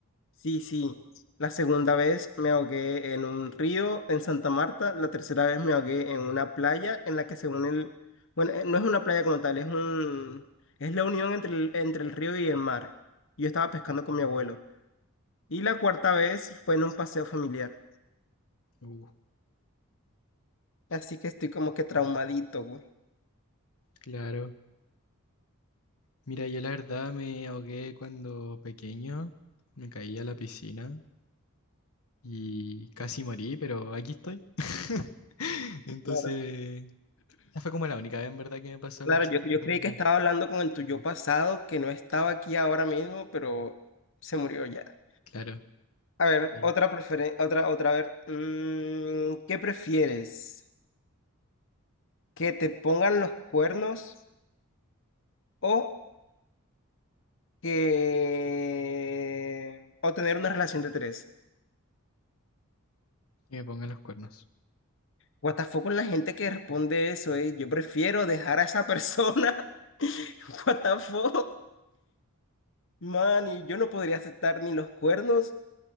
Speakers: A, on the left (about 60°); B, on the left (about 85°).
A: Sí, sí. La segunda vez me ahogué en un río en Santa Marta. La tercera vez me ahogué en una playa en la que según el... Bueno, eh, no es una playa como tal, es un... Es la unión entre el, entre el río y el mar. Yo estaba pescando con mi abuelo. Y la cuarta vez fue en un paseo familiar.
B: Uh,
A: Así que estoy como que traumadito, güey.
B: claro. Mira, yo la verdad me ahogué cuando pequeño, me caí a la piscina y casi morí, pero aquí estoy. <laughs> Entonces,
A: Claro.
B: esa fue como la única vez en verdad que me pasó
A: Claro,
B: algo así
A: yo,
B: muy
A: yo
B: terrible.
A: creí que estaba hablando con el tuyo pasado, que no estaba aquí ahora mismo, pero se murió ya.
B: Claro,
A: A ver,
B: sí.
A: otra preferencia, otra, otra, a ver. mm, ¿qué prefieres? ¿Que te pongan los cuernos o que... o tener una relación de tres?
B: Que me pongan los cuernos.
A: What the fuck con la gente que responde eso, eh. Yo prefiero dejar a esa persona. <laughs> What the fuck? Man, y yo no podría aceptar ni los cuernos